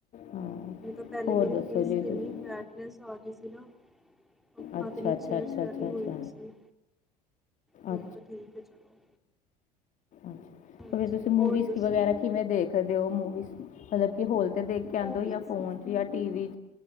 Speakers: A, on the left; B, in the centre.
A: ਹਾਂ।
B: ਨੀ ਤਾਂ ਪਹਿਲੇ
A: ਹੋਰ
B: ਮੇਰੇ
A: ਦੱਸੋ
B: ਫੇਸ
A: ਜੀ
B: 'ਤੇ
A: ਤੁਸੀਂ
B: ਇੰਨੀ ਫੈਟਨੈਸ ਆਗੀ ਸੀ ਨਾ ਅੱਖਾਂ
A: ਅੱਛਾ
B: 'ਤੇ ਨੀਚੇ
A: ਅੱਛਾ
B: ਵੀ
A: ਅੱਛਾ
B: ਸਵੈਲਿਗ
A: ਅੱਛਾ ਅੱਛਾ
B: ਹੋਗੀ ਸੀ। ਹੁਣ
A: ਅੱਛਾ
B: 'ਤੇ ਠੀਕ ਏ ਚਲੋ।
A: ਅੱਛਾ
B: ਹਾਂਜੀ
A: ਫਿਰ ਤੁਸੀਂ ਮੂਵੀਜ਼
B: ਹੋਰ ਦੱਸੋ
A: ਵਗੈਰਾ ਕਿਵੇਂ ਦੇਖ ਸਕਦੇ ਓ ਮੂਵੀਜ਼ ਮਤਲਬ ਕਿ ਹੋਲ 'ਤੇ ਦੇਖ ਕੇ ਆਂਦੇ
B: ਮੂਵੀਜ਼
A: ਓ ਜਾਂ ਫੋਨ ਜਾਂ ਟੀ ਵੀ,